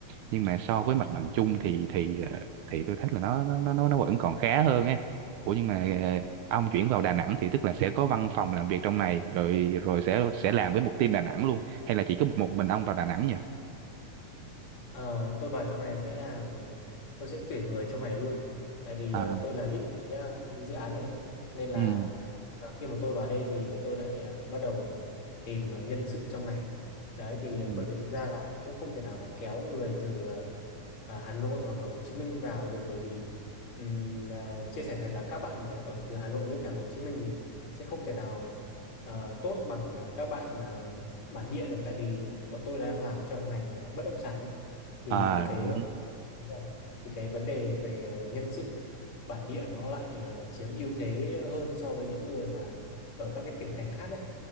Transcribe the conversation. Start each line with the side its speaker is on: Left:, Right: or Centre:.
Right: nhưng mà so với mặt bằng chung thì thì ờ, thì tôi thấy là nó nó nó nó vẫn còn khá hơn ấy ủa nhưng mà ờ, ông chuyển vào Đà Nẵng thì tức là sẽ có văn phòng làm việc trong này rồi rồi sẽ sẽ làm với một team Đà Nẵng luôn hay là chỉ có một, một mình ông vào Đà Nẵng nhỉ
Left: Ờ, tôi vào trong này sẽ làm tôi sẽ tuyển người trong này luôn tại vì
Right: À,
Left: ờ, tôi là lead cái ờ, dự án này ấy. nên là
Right: ừ,
Left: ờ, khi mà tôi vào đây thì tôi lại ờ, bắt đầu tìm ờ, nhân sự trong này đấy thì
Right: ừ.
Left: ờ, bởi vì thực ra là cũng không thể nào mà kéo người từ ờ, ờ, Hà Nội hoặc là Hồ Chí Minh vào được bởi vì ừm, ờ, chia sẻ thật là các bạn ở từ Hà Nội với cả Hồ Chí Minh thì sẽ không thể nào ờ, tốt bằng ờ, các bạn ờ, bản địa được tại vì bọn tôi đang làm trong ngành ờ, bất động sản ấy thì
Right: À
Left: cái
Right: đúng.
Left: ờ, đúng rồi. thì cái vấn đề về ờ, nhân sự bản địa nó lại ờ, chiếm ưu thế hơn so với những người mà ở các cái tỉnh thành khác ấy